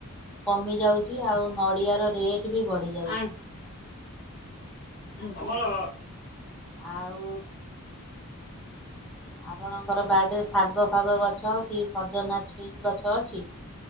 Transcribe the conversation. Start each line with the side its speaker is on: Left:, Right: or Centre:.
Centre: କମି ଯାଉଛି ଆଉ ନଡ଼ିଆ ର ରେଟ୍ ବି ବଢ଼ି ଯାଉଛି।
Left: ଆଣ ଆଜ୍ଞା। <unintelligible>
Centre: ଆଉ ଆପଣଙ୍କର ବାଡ଼ିରେ ଶାଗ ଫାଗ ଗଛ ଅଛି। ସଜନା ଛୁଇଁ ଗଛ ଅଛି?